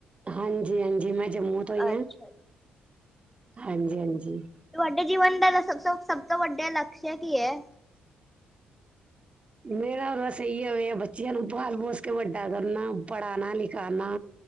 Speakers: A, on the right (about 30°); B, in the centre.
A: ਹਾਂਜੀ ਹਾਂਜੀ ਮੈਂ ਜੰਮੂ ਤੋਂ ਹੀ ਹਾਂ,
B: ਅੱਛਾ ਜੀ।
A: ਹਾਂਜੀ ਹਾਂਜੀ।
B: ਤੁਹਾਡੇ ਜੀਵਨ ਦਾ ਲਸਭ ਸਭ ਤੋਂ ਵੱਡਾ ਲਕਸ਼ ਕੀ ਹੈ?
A: ਮੇਰਾ ਬਸ ਅਈ ਆ ਬੱਚਿਆਂ ਨੂੰ ਬਾਲ ਪੋਸ ਕੇ ਵੱਡਾ ਕਰਨਾ ਪੜ੍ਹਾਣਾ ਲਿਖਾਣਾ।